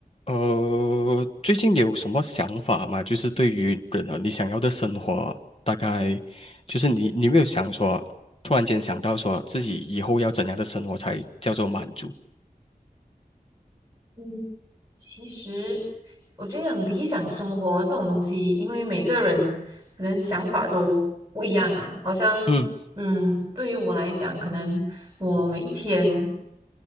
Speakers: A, on the left; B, on the right.
A: 呃，最近有什么想法吗？就是对于人啊，你想要的生活，大概就是你，你有没有想说，突然间想到说自己以后要怎样的生活才叫做满足？
B: 嗯，其实我觉得讲理想生活这种东西，因为每个人可能想法都不一样啊。好像，
A: 嗯，
B: 嗯，对于我来讲，可能我每一天